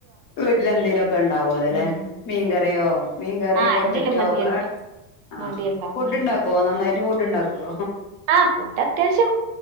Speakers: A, on the left; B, on the right.
A: വീട്ട്ല് എന്തെലും ഒക്കെ ഇണ്ടാവോലോലെ
B: ഉം.
A: മീകറിയോ? മീൻകറി
B: ആ
A: പൊട്ടറ്റോ
B: എന്തേലും മതിയല്ലോ
A: ഒക്കെ ആഹ്
B: മതിയല്ലോ
A: ഫുഡ്
B: ഉം.
A: ഇണ്ടാക്കോ നന്നായി ഇജ്ജ് ഫുഡ് ഇണ്ടാക്കോ?
B: ആ ഫുഡ് അത്യാവശ്യം